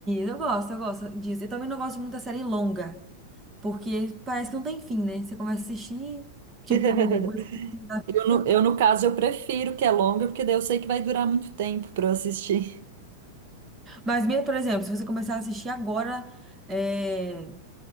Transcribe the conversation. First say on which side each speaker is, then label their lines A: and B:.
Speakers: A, on the right; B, on the right.
A: eu gosto, eu gosto disso. Eu também não gosto de muita série longa, porque parece que não tem fim, né? Você começa a assistir, tipo,
B: <laughs>
A: gosta da vida.
B: Eu, no, eu, no caso, eu prefiro que é longa, porque daí eu sei que vai durar muito tempo pra eu assistir.
A: Mas mesmo, por exemplo, se você começar a assistir agora, eh,